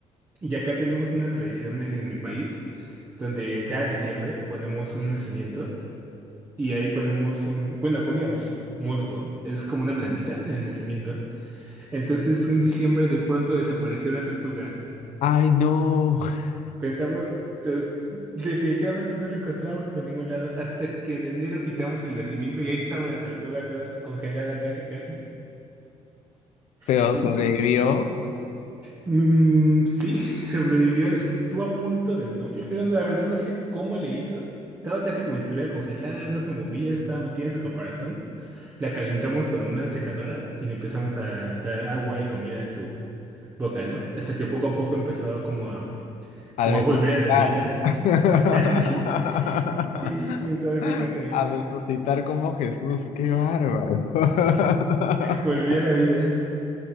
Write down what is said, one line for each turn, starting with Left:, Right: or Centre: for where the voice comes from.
Right: Y acá tenemos una tradición en mi país donde cada diciembre ponemos un nacimiento y ahí ponemos un, bueno, poníamos musgo, es como una plantita en el nacimiento. Entonces un diciembre de pronto desapareció la tortuga.
Left: ¡Ay, no! <laughs>
Right: Pensamos, pues, definitivamente no la encontramos por ningún lado hasta que en enero quitamos el nacimiento y ahí estaba la tortuga toda congelada casi casi.
Left: Pero
Right: Sí,
Left: sobrevivió
Right: Mm, sí, <laughs> sobrevivió. Estuvo a punto de no. Yo creo, la verdad, no sé cómo le hizo. Estaba casi como si estuviera congelada, no se movía, estaba metida en su caparazón. La calentamos con una secadora y le empezamos a dar agua y comida en su boca, ¿no? Hasta que poco a poco empezó a como a,
Left: a
Right: como
Left: resucitar.
Right: a volver a la vida.
Left: <laughs>
Right: <laughs> Ándale. Sí, quién sabe qué pasa ahí.
Left: A resucitar como Jesús, qué bárbaro. <laughs>
Right: Volvió a la vida.